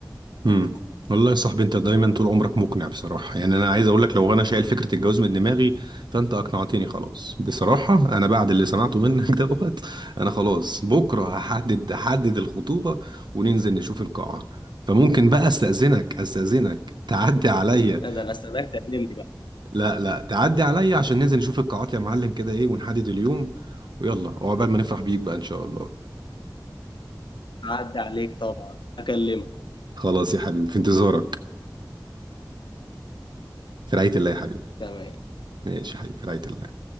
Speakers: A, on the right (about 70°); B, on the left (about 85°).
A: امم والله يا صاحبي انت دايما طول عمرك مقنع بصراحه يعني انا عايز اقول لك لو انا شايل فكره الجواز من دماغي فانت اقنعتني خلاص بصراحه انا بعد اللي سمعته منك <laughs> دوت انا خلاص بكره هحدد هحدد الخطوبه وننزل نشوف القاعه فممكن بقى استاذنك استاذنك تعدي عليا
B: ده انا استناك تقدم لي بقى
A: لا لا تعدي عليا عشان ننزل نشوف القاعات يا معلم كده ايه ونحدد اليوم ويلا وعقبال ما نفرح بيك بقى ان شاء الله
B: عدى عليك طبعا هكلمك
A: خلاص يا حبيبي في انتظارك في رعايه الله يا حبيبي
B: تمام
A: ماشي يا حبيبي في رعايه الله